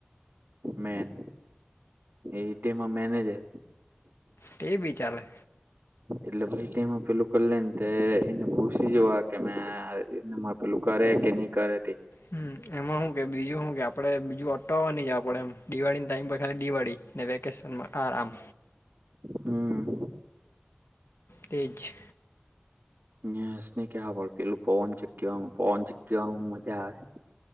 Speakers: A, on the right; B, on the left.
A: મેન એ તેમાં મેનેજર
B: તેબી ચાલે.
A: એટલે ભાઈ તેમાં પેલું કરલેન તે એને પુસી જોવા કેમ મે આ એને માપ પેલુ કરે કે ની કરે તે.
B: હમ્મ, એમાં હું કે બીજું હું કે આપડે બીજું અટકાવા ની જાવ પડે એમ દિવાળી ટાઈમ બગા દિવાળી ને વેકેશનમાં આરામ.
A: હમ્મ.
B: તેજ.
A: ન્યાસને કેવા પડ પેલું પવન ચીકવાણું પવન ચીકવાણું મજા આવે.